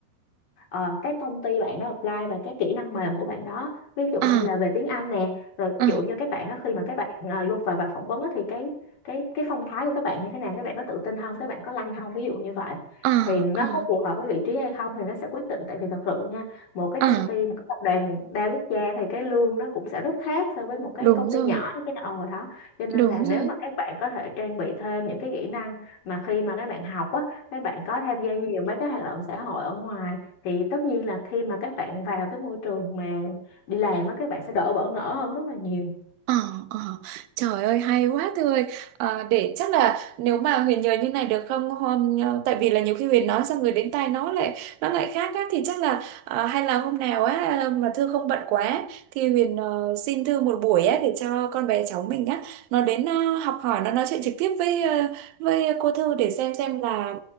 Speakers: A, on the left; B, on the right.
A: ờ, cái công ty bạn đó apply và cái kỹ năng mềm của bạn đó ví dụ
B: ờ
A: như là về tiếng Anh nè rồi ví
B: ờ
A: dụ như các bạn đó khi mà các bạn ờ, vô vào vào phỏng vấn á, thì cái cái cái phong thái của các bạn như thế nào các bạn có tự tin không các bạn có lanh không ví dụ như vậy
B: ờ
A: thì nó
B: ờ
A: có phù hợp với vị trí hay không thì nó sẽ quyết định tại vì thật sự nha một cái
B: ờ
A: công ty một cái tập đoàn đa quốc gia thì cái lương nó cũng sẽ rất khác so với một cái
B: đúng
A: công
B: rồi
A: ty nhỏ đó, cái ồ đó cho nên
B: đúng
A: là nếu
B: rồi
A: mà các bạn có thể trang bị thêm những cái kỹ năng mà khi mà các bạn học á các bạn có tham gia nhiều mấy cái hoạt động xã hội ở ngoài thì tất nhiên là khi mà các bạn vào cái môi trường mà đi làm á các bạn sẽ đỡ bỡ ngỡ hơn rất là nhiều
B: Ờ, ờ. Trời ơi hay quá Thư ơi Ờ, để chắc là nếu mà Huyền nhờ như này được không hôm ờ, tại vì là nhiều khi Huyền nói xong rồi đến tai nó lại nó lại khác á thì chắc là ờ, hay là hôm nào á ờ, mà Thư không bận quá thì Huyền ờ, xin Thư một buổi á để cho con bé cháu mình á nó đến ờ, học hỏi nó nói chuyện trực tiếp với ờ, với cô Thư để xem xem là